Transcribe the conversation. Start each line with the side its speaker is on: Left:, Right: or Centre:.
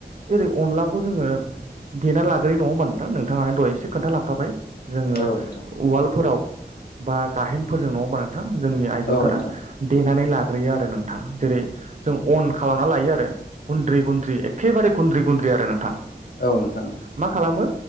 Right: जेरै अनलाखौ जोङो। देनानै लाग्रोयो नङा होमबा नोंथां नोंथाङानो दह'इ एसे खोन्थालांखाबाय जोङो
Left: औ नोंथां
Right: वालडफोराव बा गाहेनफोरजों नङाहोनबा नोंथां जोंनि
Left: औ
Right: आइजोफोरा
Left: नोंथां
Right: देनानै लाग्रोयो आरो नोंथां‌। जेरै जों अन खालामना लायो आरो गुन्द्रि गुन्द्रि एखेबारे गुन्द्रि गुन्द्रि आरो नोंथां।
Left: औ नोंथां। औ
Right: मा खालामो